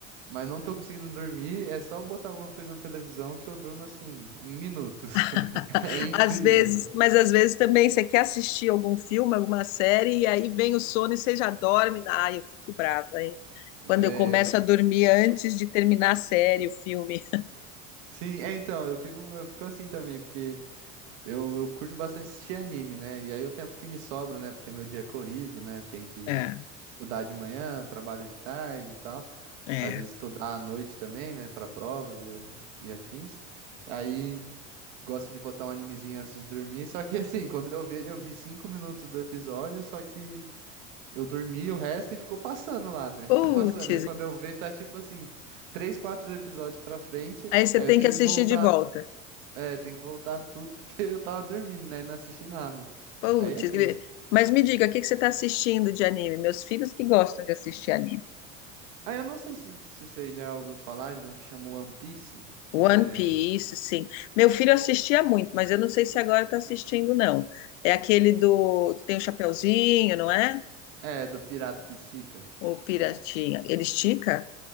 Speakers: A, on the right (about 70°); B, on the left (about 70°).
A: mas não tô conseguindo dormir, é só eu botar alguma coisa na televisão que eu durmo assim, em minutos.
B: <laughs>
A: <laughs> É incrível.
B: Às vezes, mas às vezes também você quer assistir algum filme, alguma série, e aí vem o sono e você já dorme. Ah, eu fico brava, hein? Quando
A: É,
B: eu começo a dormir antes de terminar a série, o filme.
A: sim, é então, eu fico, eu fico assim também, porque eu, eu curto bastante assistir anime, né? E aí o tempo que me sobra, né? Porque meu dia é corrido, né? Tem que
B: É,
A: estudar de manhã, trabalho de tarde e tal.
B: é.
A: Às vezes estudar à noite também, né? Para provas e, e afins. Aí gosto de botar um animezinho antes de dormir, só que assim, <laughs> quando eu vejo, eu vi cinco minutos do episódio, só que. Eu dormi o resto e ficou passando lá, né?
B: Putz,
A: Ficou passando. Aí quando eu ver, tá tipo assim, três, quatro episódios pra frente.
B: Aí você
A: Aí
B: tem
A: eu tenho
B: que assistir
A: que voltar.
B: de volta.
A: É, tenho que voltar tudo porque <laughs> eu tava dormindo, né? E não assisti nada.
B: Putz,
A: Aí é triste.
B: gri- mas me diga, o que que você está assistindo de anime? Meus filhos que gostam de assistir anime.
A: Aí eu não sei se, se você já ouviu falar de um que chamou One Piece,
B: One
A: que é.
B: Piece, sim. Meu filho assistia muito, mas eu não sei se agora está assistindo, não. É aquele do que tem o chapeuzinho, não é?
A: É, do pirata que estica.
B: O piratinha. Ele estica?